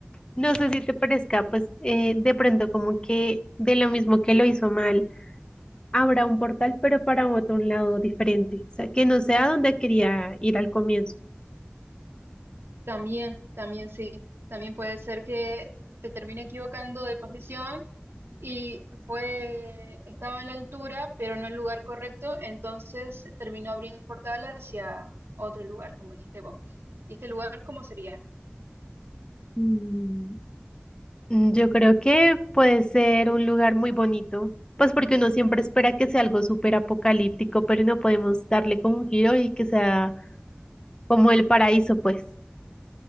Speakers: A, on the left (about 20°); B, on the right (about 80°).
A: No sé si te parezca, pues eh, de pronto como que de lo mismo que lo hizo mal, abra un portal, pero para otro lado diferente. O sea, que no sea donde quería ir al comienzo.
B: También, también sí, también puede ser que se termine equivocando de posición y fue, estaba en la altura, pero no en el lugar correcto, entonces terminó abriendo el portal hacia otro lugar, como dijiste vos. ¿Y este lugar cómo sería?
A: Mm, yo creo que puede ser un lugar muy bonito, pues porque uno siempre espera que sea algo súper apocalíptico, pero no podemos darle como un giro y que sea como el paraíso, pues.